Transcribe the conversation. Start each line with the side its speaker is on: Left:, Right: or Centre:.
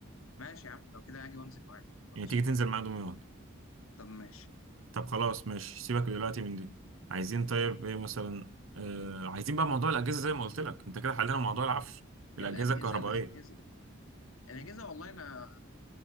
Left: ماشي يا عم لو كده اجي وانزل معاك ما
Right: يعني
Left: عنديش
Right: تيجي تنزل
Left: مانع
Right: معايا دمياط
Left: طب ماشي
Right: طب خلاص ماشي سيبك دلوقتي من دي عايزين طيب ايه مثلا آه عايزين بقى موضوع الاجهزه زي ما قلت لك انت كده حلينا موضوع العفش الاجهزه
Left: الاجهزه
Right: الكهربائيه
Left: الاجهزه الاجهزه والله انا